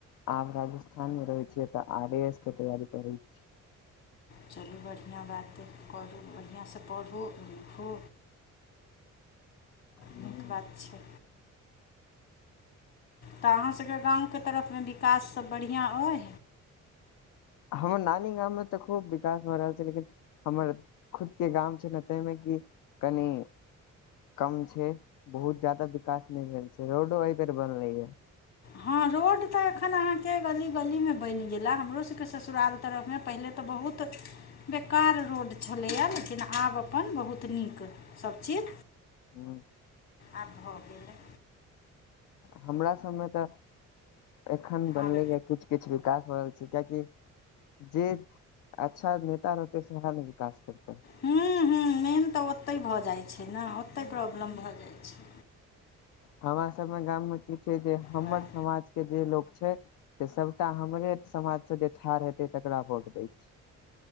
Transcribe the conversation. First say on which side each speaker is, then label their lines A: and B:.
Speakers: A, on the left; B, on the left.
A: आब राजस्थान मे रहे छियै तऽ आर एस के तैयारी करै छी
B: चलू बढ़िआँ बात येए पढु बढ़िआँ से पढ़ू लिखो
A: हूँ
B: नीक बात छै तऽ अहाँ सबके गाँव के तरफ मे विकास सब बढ़िआँ अइ
A: हमर नानी गाम मे तऽ खूब विकास भ रहल छै लेकिन हमर खुद के गाम छै ने ताहिमे कि कनि कम छै बहुत ज्यादा विकास नहि भेल छै रोडो एहि बेर बनले ये
B: हँ रोड तऽ एखन अहाँ के गली गली मे बनि गेल ह हमरो सबके ससुराल तरफ मे पहिले तऽ बहुत बेकार रोड छलैए लेकिन आब अपन बहुत नीक सभ चीज
A: हू
B: आब भऽ गेलै
A: हमरा सभमे तऽ एखन बनलैए
B: आब
A: किछ किछ विकास हो रहल छै कियाकि जे अच्छा नेता रहतेै सेहा ने विकास करतेै
B: ह्मँ हूँ मेन तऽ ओतहि भऽ जाइत छै ने ओतहि प्रॉब्लम भऽ जाइत छै
A: हमरा सबमे गाम मे की छै जे हमर
B: वएह
A: समाज के जे लोग छै से सबटा हमरे समाज से जे ठाढ़ हेतै तकरा भोट दय छै <inaudible>